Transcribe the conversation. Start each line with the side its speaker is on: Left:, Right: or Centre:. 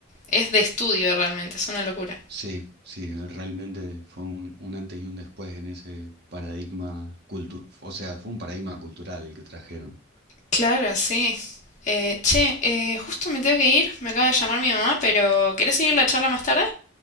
Left: es de estudio realmente, es una locura.
Right: Sí, sí, realmente fue un, un antes y un después en ese paradigma cultu, o sea, fue un paradigma cultural el que trajeron.
Left: Claro, sí. Eh, che, eh, justo me tengo que ir, me acaba de llamar mi mamá, pero ¿querés seguir la charla más tarde?